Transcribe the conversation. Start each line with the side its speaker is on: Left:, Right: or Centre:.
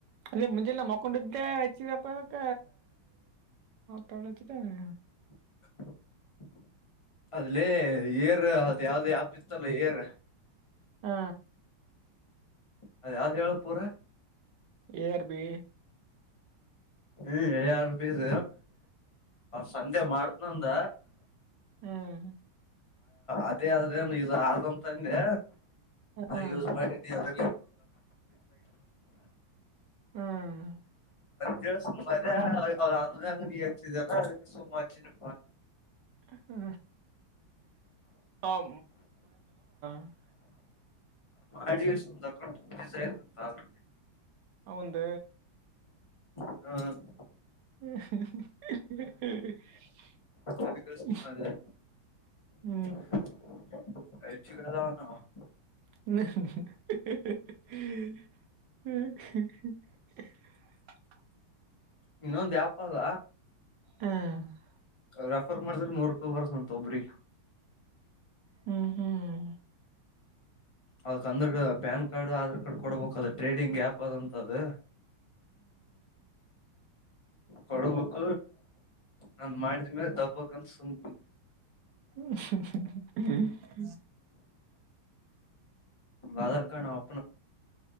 Right: ಅದೇ ಮುಂಜಾಳೆ ಮಕ್ಕೊಂಡಿದ್ದೇ ಹಚ್ಚಿದಪ್ಪ ಅದಕ್ಕ ತಗೊಂಡ ಹಚ್ಚಿದ್ದನೆ.
Left: <inaudible> ಅಲ್ಲಿ ಏರ್ ಅದ್ ಯಾವ್ದೇ ಆ್ಯಪ್ ಇತ್ತಲ್ಲ ಏರ್
Right: ಹಾ
Left: ಅದ ಯಾವ್ದು ಹೇಳ ಪೂರ
Right: A R B.
Left: A R ಬೀಸ್ ಸಂಧೆ ಮಾಡತ್ನಂದ.
Right: ಹ್ಮ್.
Left: ಅದೇ ಆದರದ ಏನ್ ಆದಂತಂದೆ
Right: ಹ್ಮ್
Left: ಯೂಸ್ ಮಾಡಿನೀ. <inaudible>
Right: ಹ್ಮ್.
Left: ಕೇಳಿ ಸುಮ್ಮ ಆದೆ ಅದರಾಗ ನೀ ಹಚ್ಚಿದಲ್ಲ ಅದಕ್ಕೆ ಸುಮ್ಮ ಹಚ್ಚಿನಿ.
Right: ಹ ಅವ. <unintelligible>
Left: ಆಡಿಯೋಸ್ ದಿ ಅಕೌಂಟ್ ಫ್ರೀಜ್ ಆಗೆತ್ ಅಂತ.
Right: ಅವಂದ.
Left: ಹ್ಮ್.
Right: <inaudible>
Left: ಅದಕ್ಕೆ ಸುಮ್ಮನಾದೆ <unintelligible>
Right: <inaudible> <inaudible>
Left: ಇನ್ನೊಂದ ಆಪ್ ಆದ.
Right: ಹ್ಮ.
Left: ರೆಫರ್ ಮಾಡಿದ್ರೆ ನೂರ್ ರೂಪಾಯಿ ಬರ್ತತದ ಅಂತ ಒಬ್ಬರಿಗಿ.
Right: ಹ್ಮ್ ಹ್ಮ್.
Left: ಆ <unintelligible> ಪ್ಯಾನ್ ಕಾರ್ಡ್, ಆಧಾರ್ ಕಾರ್ಡ್ ಕೊಡ್ಬೇಕ ಅದ ಟ್ರೇಡಿಂಗ್ ಆ್ಯಪ್ ಆದಂತ ಅದ. ಕೊಡುಬೇಕ. ನಂದ ಮಾಡಿದ್ಮೇಲ ದಬ್ಬಕಂತ ಸುಮ್.
Right: <inaudible>
Left: ಆಧಾರ್ ಕಾರ್ಡ್ ನಮ್ಮ